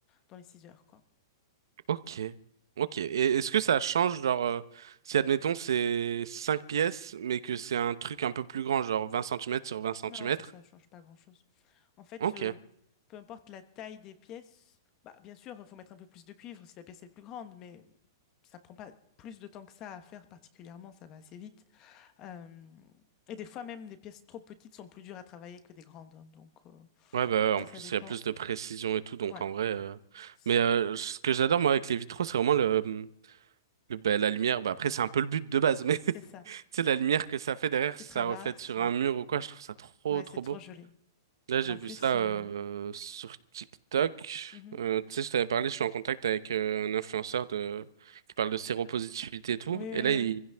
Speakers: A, on the left (about 20°); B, on the right (about 85°).
A: dans les 6 heures, quoi.
B: Ok. Ok. Et est-ce que ça change, genre, euh, si admettons c'est 5 pièces, mais que
A: Mm.
B: c'est un truc un peu plus grand, genre vingt centimètres sur vingt centimètres
A: Non, ça, ça change pas grand-chose. En fait,
B: Ok.
A: euh, peu importe la taille des pièces, bah, bien sûr, il faut mettre un peu plus de cuivre si la pièce est plus grande, mais ça prend pas plus de temps que ça à faire particulièrement, ça va assez vite. Euh, et des fois même, des pièces trop petites sont plus dures à travailler que des grandes. hein, donc euh,
B: Ouais, bah,
A: ça,
B: en
A: ça
B: plus,
A: dépend.
B: il y a plus de précision et tout, donc
A: Ouais,
B: en vrai. euh,
A: c'est
B: Mais euh, ce que j'adore, moi, avec les vitraux, c'est vraiment le, le, bah, la lumière. Bah, après, c'est un peu le but de base, <laughs> mais
A: ça.
B: sais, la lumière que ça fait derrière,
A: Qui
B: ça
A: traverse,
B: reflète sur
A: ouais.
B: un mur ou quoi, je trouve ça trop,
A: Ouais,
B: trop
A: c'est trop
B: beau.
A: joli.
B: Là,
A: Et
B: j'ai
A: en
B: vu
A: plus,
B: ça euh,
A: euh,
B: sur TikTok.
A: mhm.
B: Euh, tu sais, je t'avais parlé, je suis en contact avec euh, un influenceur de... qui parle de séropositivité et tout.
A: Oui, oui, oui,
B: Et là, il,
A: oui.